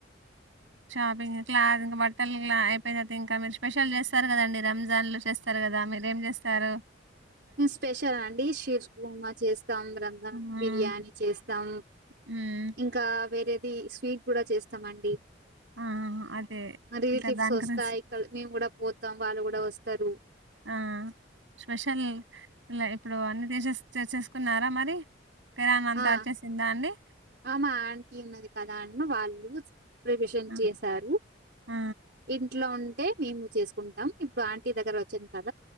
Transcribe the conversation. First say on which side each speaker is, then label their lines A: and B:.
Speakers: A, on the right; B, on the right.
A: షాపింగ్ ఇట్లా ఇంకా బట్టలు ఇలా అయిపోయినత ఇంకా మీరు స్పెషల్ చేస్తారు కదండి రంజాన్ లు చేస్తారు కదా కదా మీర ఏం చేస్తారు
B: స్పెషల్ అండి షీర్స్ బమా చేస్తాం రంధ
A: మ్మ్
B: బిర్యానీ చేస్తాం
A: మ్మ్
B: ఇంకా వేరేది స్వీట్ కూడా చేస్తామండి
A: ఆ అదే
B: రిలేటివ్స్
A: ఇంకా దాని
B: వస్తాయి
A: గురించి
B: ఇక్క మేము కూడా పోతాం వాళ్ళు కూడా వస్తారు
A: ఆ స్పెషల్ ఇలా ఇప్పుడు అన్ని దేశెస్ చర్చేసుకున్నారా మరి కిరాణా అంతా
B: ఆ
A: వచ్చేసిందా అండి
B: ఆమ ఆంటీ ఉన్నది కదా వాళ్ళు ప్రిపషన్
A: ఆ
B: చేసారు
A: ఆ
B: ఇంట్లో ఉ అే మేము చేసుకుంటాం ఇప్పుడు ఆంటీ దగ్గర వచ్చాను కాద